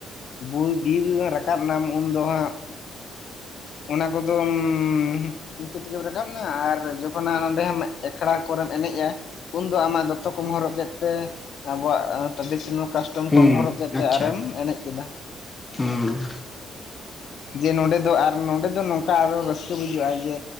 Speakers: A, on the left; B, on the left.
A: ᱵᱩ ᱵᱤᱨ ᱨᱟᱠᱟᱵ ᱱᱟᱢ ᱩᱱᱫᱚ ᱦᱟᱸᱜ ᱚᱱᱟ ᱠᱚᱫᱚᱢ ᱤᱝᱠᱟᱹ ᱛᱮᱜᱮᱢ ᱨᱟᱠᱟᱵᱱᱟ ᱟᱨ ᱡᱚᱠᱷᱚᱱ ᱦᱟᱸᱜ ᱚᱸᱰᱮᱢ ᱮᱠᱷᱲᱟ ᱠᱚᱨᱮᱢ ᱮᱱᱮᱡᱼᱟ᱾ ᱩᱱᱫᱚ ᱟᱢᱟᱜ ᱫᱚᱛᱚ ᱠᱚᱢ ᱦᱚᱨᱚᱜ ᱠᱮᱫ ᱛᱮ ᱟᱵᱚᱣᱟᱜ ᱴᱟᱺᱰᱤ ᱥᱮᱱᱟ ᱠᱟᱥᱴᱚᱢ
B: ᱦᱩᱸ
A: ᱠᱚᱢ ᱦᱚᱨᱚᱜ ᱠᱮᱛᱮ
B: ᱟᱪᱪᱷᱟ
A: ᱟᱨᱮᱢ ᱮᱱᱮᱡ ᱠᱮᱫᱟ᱾
B: ᱦᱩᱸ
A: ᱡᱮ ᱱᱚᱸᱰᱮ ᱫᱚ ᱟᱨ ᱱᱚᱸᱰᱮ ᱫᱚ ᱱᱚᱝᱠᱟ ᱟᱨᱚ ᱨᱟᱹᱥᱠᱟᱹ ᱵᱩᱡᱷᱟᱹᱜᱼᱟ ᱡᱮ